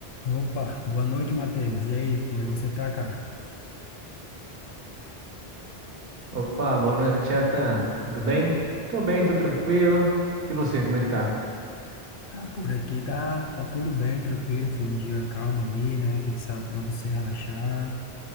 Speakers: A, on the left; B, on the right.
A: Opa, boa noite, Matheus. E aí, como é que você tá, cara?
B: Opa, boa noite, Atan. Tudo bem? Tô bem, tô tranquilo. E você, como é que tá?
A: Ah, por aqui tá, tá tudo bem, tranquilo. Foi um dia calmo ali, né? Aquele sábado pra você relaxar,